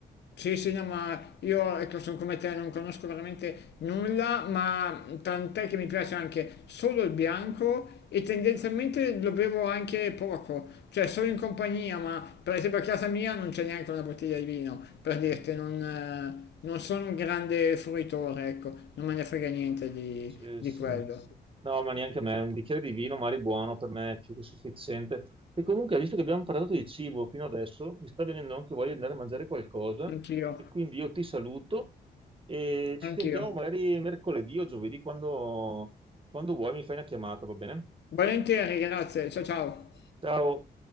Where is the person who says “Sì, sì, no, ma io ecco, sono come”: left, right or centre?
Left